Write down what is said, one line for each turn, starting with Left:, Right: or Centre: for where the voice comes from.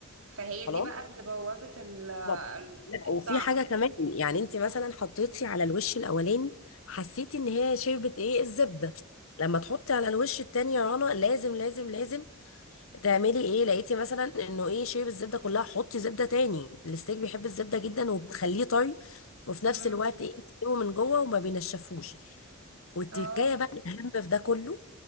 Right: فهي
Left: خلاص
Right: دي بقى اللي بوظت ال- ال-
Left: بالظبط لا
Right: الطعم
Left: وفي حاجة كمان يعني انت مثلا حطيتي على الوش الاولاني حسيتي ان هي شربت ايه الزبدة لما تحطي على الوش التاني يا رنا لازم لازم لازم تعملي ايه لقيتي مثلا انه ايه شيب الزبده كلها حطي زبده تاني الستيك بيحب الزبده جدا وبتخليه طري وفي نفس
Right: مم.
Left: الوقت ايه بتستوي من جوه وما بينشفوش والتكايه
Right: اه
Left: بقى الاهم في ده كله